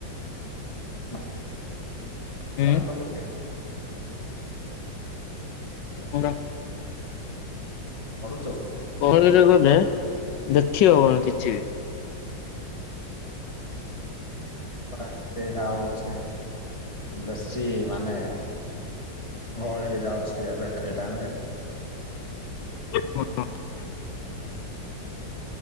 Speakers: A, on the left; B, on the left.
A: <inaudible>
B: ହୁଁ
A: ଫଳାଫଳ ଲୋକେ
B: ଆଜ୍ଞା,
A: ପଢୁଚ?
B: ଗହଳିରେ ଗଲେ ଦେଖିହଵନି କିଛି।
A: ଏମତି କା ହଉଚି ଦେଶୀ ମାନେ ଗହଳି ହେଇଯାଉଚି ଏବେ ଏ ଟାଇମରେ।
B: ହଁ <inaudible>